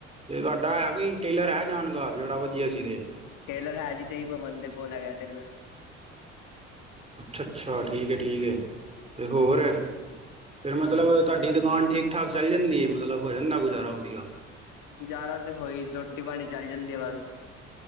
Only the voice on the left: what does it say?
ਟੇਲਰ ਹੈ ਜੀ ਦੇ ਭਵਨ ਕੋਲ ਹੈਗਾ ਟੇਲਰ।
ਗੁਜ਼ਾਰਾ ਤੇ ਹੋਈ ਰੋਟੀ ਪਾਨੀ ਚੱਲ ਜਾਂਦੀ ਆ ਬਸ।